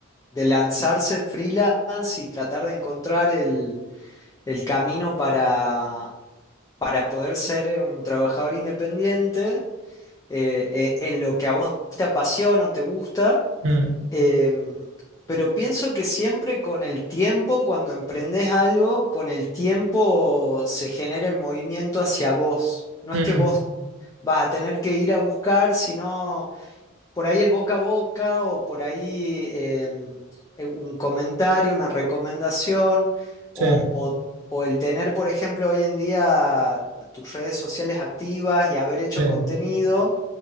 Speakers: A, on the left; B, on the right.
A: de lanzarse freelance y tratar de encontrar el, el camino para, para poder ser un trabajador independiente eh, eh, en lo que a vos te apasiona o te gusta.
B: Mm,
A: em, pero pienso que siempre con el tiempo, cuando emprendés algo, con el tiempo se genera el movimiento hacia vos. No
B: mm,
A: es que vos vas a tener que ir a buscar, sino por ahí el boca a boca o por ahí em, eh, un comentario, una recomendación o,
B: sí,
A: o- o el tener, por ejemplo, hoy en día tus redes sociales activas y haber hecho
B: sí,
A: contenido,